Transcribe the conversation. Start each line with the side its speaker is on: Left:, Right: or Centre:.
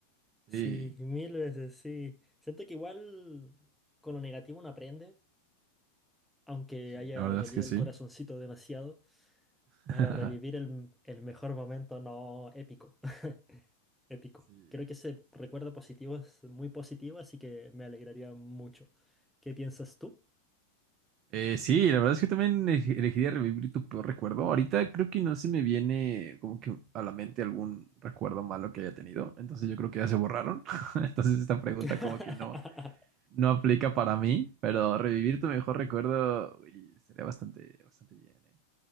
Right: Sí,
Centre: Sí, mil veces, sí. Siento que igual con lo negativo uno aprende, aunque
Right: sí,
Centre: haya
Right: la verdad
Centre: dolido
Right: es que sí.
Centre: el corazoncito demasiado, pero
Right: <laughs>
Centre: revivir el, el mejor momento no épico. <laughs> Épico.
Right: Sí,
Centre: Creo que ese recuerdo
Right: sí.
Centre: positivo es muy positivo, así que me alegraría mucho. ¿Qué piensas tú?
Right: Eh, sí, la verdad es que también ele- elegiría revivir tu peor recuerdo. Ahorita creo que no se me viene como que a la mente algún recuerdo malo que haya tenido. Entonces yo creo que ya se borraron. <laughs> Entonces esta pregunta
Centre: <laughs>
Right: como que no, no aplica para mí, pero revivir tu mejor recuerdo uy, sería bastante, bastante bien, ¿eh?